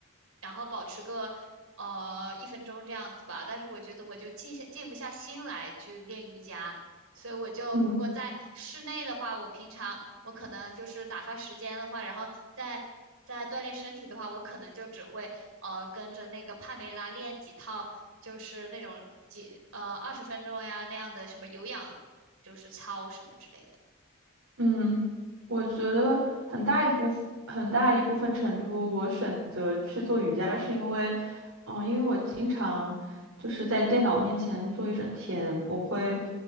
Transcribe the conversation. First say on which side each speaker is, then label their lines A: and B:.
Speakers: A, on the right; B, on the right.
A: 然后保持个呃一分钟这样子吧，但是我觉得我就静下静不下心来去练瑜伽。所以我就如果在室内的话，
B: 嗯。
A: 我平常我可能就是打发时间的话，然后再再锻炼身体的话，我可能就只会呃跟着那个帕梅拉练几套，就是那种几呃二十分钟呀那样的什么有氧，就是操什么之类的。
B: 嗯，我觉得很大一部分很大一部分程度，我选择去做瑜伽，是因为，嗯，因为我经常就是在电脑面前坐一整天，我会